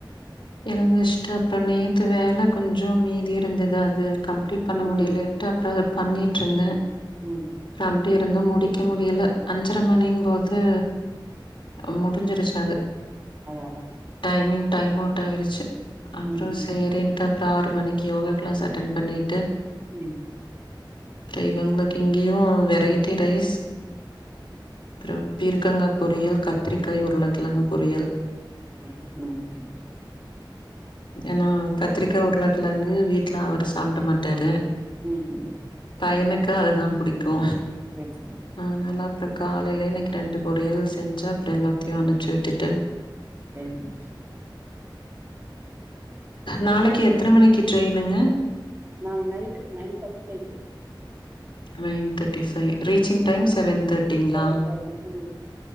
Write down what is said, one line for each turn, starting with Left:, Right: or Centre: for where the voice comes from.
Left: எழுந்துஷ்ட்டு அப்ற நேத்து வேல கொஞ்சும் மீதி இருந்தது அது கம்ப்ளீட் பண்ண
Right: ம்
Left: முடியலென்ட்டு
Right: ம்
Left: அப்றோ அத பண்ணீட்ருந்தே
Right: ம்
Left: ப்ரம்டி இருந்து முடிக்க முடியல அஞ்ச்ர மணின் போது உம் முடிஞ்சிருச்சு அது
Right: அதா அதா
Left: டைமிங் டைம் அவுட் ஆயிருச்சு அப்றோ
Right: ம் ம்
Left: சேரின்ட்டு ப்றாறு மணிக்கி யோகா க்ளாஸ் அட்டன் பண்ணிட்டு
Right: ம்
Left: ப்ரீவங்ளுக் இங்கியு வெரைட்டி ரைஸ் ப்றோ பீர்க்கங்கா பொரியல் கத்திரிக்காய் உருளக்கெழங்கு பொரியல்
Right: உம் உம்
Left: ஏன்னா கத்திரிக்கா உருளக்கழங்கு வீட்ல அவரு சாப்ட மாட்டாரு
Right: ம்ம்
Left: பையனுக்கு அதுதா புடிக்கு
Right: ஏன்ச்சுத
Left: அ நல்லா அப்ற காலைலே இன்னிக்கு ரெண்டு பொரியல் செஞ்ச அப்றோ எல்லாத்தையு அனுச்சி விட்டுட்டு
Right: வேரிமச்
Left: நாளைக்கி எத்தன மணிக்கி ட்ரெயினுங்க
Right: நாள் நைட்டு நைன் தட்டி ஃபைக்கு
Left: ஹைன் தட்டி ஃபை ரீச்சிங் டைம் செவன் தட்டிங்ளா
Right: செவன் தேர்ட்டி ம்